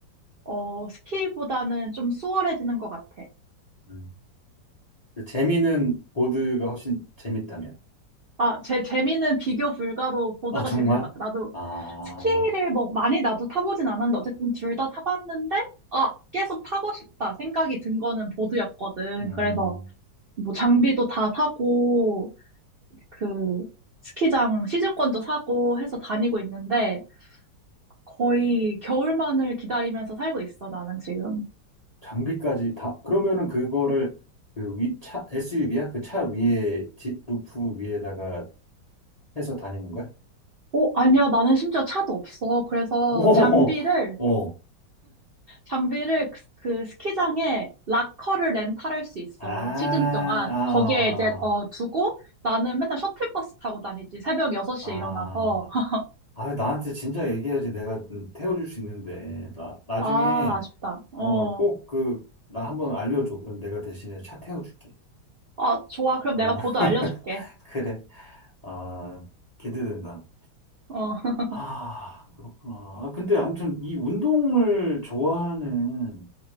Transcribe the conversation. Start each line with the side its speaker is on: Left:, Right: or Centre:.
Right: 어, 스키보다는 좀 수월해지는 것 같아.
Left: 음. 근데 재미는 보드가 훨씬 재밌다면.
Right: 아, 제 재미는 비교 불가로 보드가
Left: 아, 정말?
Right: 재밌는 것 같아. 나도
Left: 아,
Right: 스키를 뭐 많이 나도 타보진 않았는데 어쨌든 둘 다 타봤는데 아, 계속 타고 싶다 생각이 든 거는 보드였거든.
Left: 음.
Right: 그래서 뭐 장비도 다 사고 그 스키장 시즌권도 사고 해서 다니고 있는데 거의 겨울만을 기다리면서 살고 있어, 나는 지금.
Left: 장비까지 다, 그러면은 그거를 그 위, 차, SUV야? 그 차 위에, 뒷루프 위에다가 해서 다니는 거야?
Right: 어, 아니야, 나는 심지어 차도 없어. 그래서
Left: 오,
Right: 장비를,
Left: 오,
Right: 장비를 그, 그 스키장에 락커를 렌탈할 수 있어,
Left: 아,
Right: 시즌 동안.
Left: 아,
Right: 거기에 이제, 어, 두고 나는 맨날 셔틀버스 타고 다니지. 새벽 6시에
Left: 아,
Right: 일어나서. <laughs>
Left: 아, 나한테 진작 얘기해야지 내가 음, 태워줄 수 있는데. 나, 나중에,
Right: 아, 아쉽다. 어.
Left: 어, 꼭 그, 나 한번 알려줘. 그럼 내가 대신에 차 태워줄게.
Right: 아, 좋아. 그럼
Left: 아,
Right: 내가 보도
Left: <laughs>
Right: 알려줄게.
Left: 그래. 아, 기대된다.
Right: 어. <laughs>
Left: 아, 그렇구나. 아, 근데 아무튼 이 운동을 좋아하는